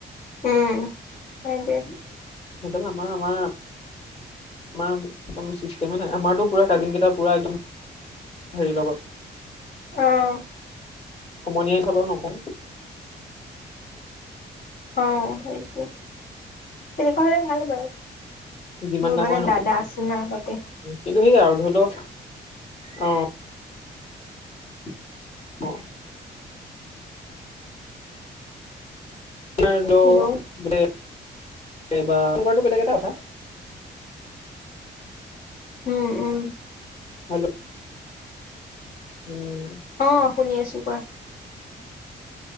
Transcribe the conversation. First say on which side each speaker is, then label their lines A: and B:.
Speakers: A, on the left; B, on the left.
A: উম সেইটোৱে
B: সেইটো আমাৰ আমাৰ আমাৰ একদম চিষ্টেমে নাই আমাৰতো পুৰা কাজেন কেইটা পুৰা একদম হেৰি লগত
A: অ'।
B: সোমনিয়াই থাকে নকও
A: অ' সেইটোৱে, তেনেকোৱা হ'লে ভাল বাৰু।
B: যিমান
A: মোৰ
B: ডাঙৰে
A: মানে
B: নকওঁ
A: দাদা আছে হা আগতে
B: কিন্তু সেই আৰু ধৰি ল অ'।
A: <unintelligible>
B: অ সেইটো
A: হেল্ল'
B: এইবাৰ তোমাৰতো বেলেগ এটা কথা।
A: উম, উম।
B: ধৰি লও উম
A: অ' শুনি আছো কোৱা।